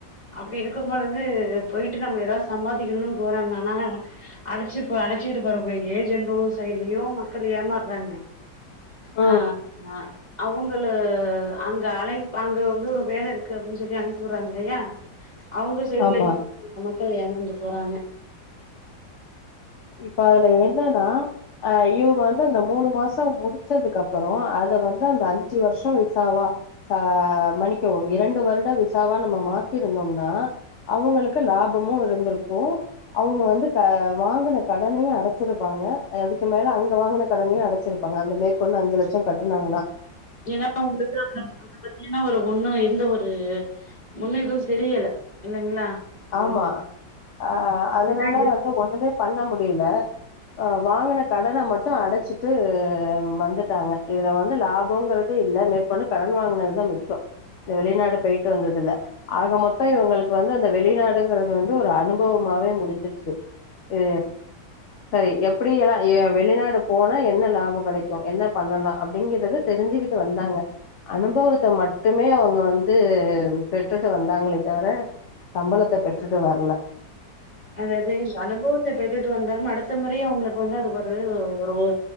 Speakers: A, on the left; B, on the left.
A: அப்டி இருக்குபொழுது போயிட்டு நம்ம எதாது ஸ் சம்பாதிக்கணுனு போறாங்க ஆனா அழச்சு அணச்சுகிட்டு போரக்கூடிய ஏஜென்ட்டு செயல் இலயு மக்கள் ஏமாறாங்க
B: ம்
A: ஆ ஆ அவுங்களு அங்க அழைப் அங்க வந்து ஒரு வேல இருக்கு அப்டின்னு சொல்லி அனுப்பி வுடுறாங்க இல்லையா அவுங்க சைடுலயு
B: ஆமா
A: மக்கள் ஏமாந்து போறாங்க
B: இப்ப அதுல என்னன்னா அ இவுங்க வந்து அந்த மூணு மாச முடிச்சதுக்கு அப்பறோ அத வந்து அந்த அஞ்சு வருஷோ விசாவா ச மன்னிக்கவும் இரண்டு வருட விசாவா நம்ம மாத்திருந்தோம்னா அவுங்களுக்கு லாபமு இருந்திருக்கு அவுங்க வந்து க வாங்குன கடனையு அடச்சிருப்பாங்க அதுக்கு மேல அங்க வாங்குன கடனையு அடச்சிருப்பாங்க அந்த மேற்கொண்டு அஞ்சு லட்சோ கட்டினாங்கனா
A: ஏனா அவுங்களுக்கு ஆகனும் ஆகல ஏனா ஒரு ஒண்ணு எந்த ஒரு முன்னு எதும் தெரியல இல்லைங்களா ம்
B: ஆமா அ அதனால
A: இப்டிதா இரு
B: வந் து ஒண்ணுமே பண்ண முடியல அ வாங்குன கடன மட் டு அடச்சிட்டு ம் வந்துட்டாங்க இதுல வந்து லாபோங்கறத இல்ல மேட் கொண்டு கடன் வாங்குனது தா மிச்சோ இந்த வெளிநாடு போயிட்டு வந்ததுல ஆக மொத்தோ இவுங்களுக்கு வந்து அந்த இந்த வெளிநாடுங்கிறது வந்து ஒரு அனுபவமாவே முடிஞ்சிருச்சு இ செரி எப்டி எல்லா ஏ வெளிநாடு போனா என்ன லாபோ கெடைக்கு என்ன பண்ணலா அப்டிங்கிறது தெரிஞ்சுக்கிட்டு வந்தாங்க அனுபவத்த மட் டுமே அவுங்க வந்து பெற்றுட்டு வந்தாங்களே தவர சம்பளத்த பெற்றுட்டு வரல
A: அதாவுது அனுபவத்த பெற்றுட்டு வந்தாலுமே அடுத்த முறையு அவுங்களுக்கு வந்து அது ஒரு ஒ ஒரு ஊ